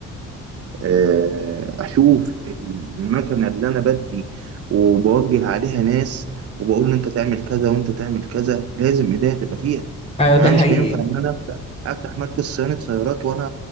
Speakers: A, on the right; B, on the left.
A: آه، اشوف المكنه اللي انا بدي وبوجه عليها ناس وبقول له انت تعمل كذا وانت تعمل كذا لازم ايديا تبقى فيها
B: ايوه ده
A: يعني
B: حقيقي
A: مش هينفع ان انا افتح افتح مركز صيانه سيارات وانا